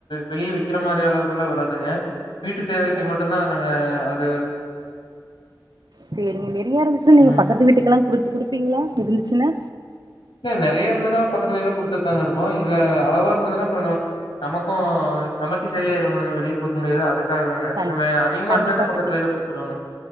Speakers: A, on the left (about 80°); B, on the right (about 60°).
A: வெளிய விக் விக்கிற மாரி அளவுக்குளா வராதுங்க வீட்டு தேவைக்கு
B: ஓ
A: மட்டுந்தா நாங்க அத
B: சேரிங்க நெறைய இருந்துச்சுன்னா நீங்க
A: ம்.
B: பக்கத்து வீட்டுக்கெல்லா குடுத்து குடுப்பீங்களா இருந்துச்சுன்னா
A: இல்ல நெறைய இருந்துன்னா பக்கத்துலலா குடுத்துட்டுதாங்க இருப்போ இல்ல அளவா இருந்ததுன்னா அப்பனா நமக்கு நமக்கே சரியாயிருமல்லங்க வெளிய குடுக்க முடியாது அதுக்கு அதா
B: கண்டி
A: அதாங்க அதிகமா
B: கண்டிப்பா
A: இருந்துதுன்னா பக்கத்துல
B: கண்டிப்
A: எல்லா குடுத்துருவங்க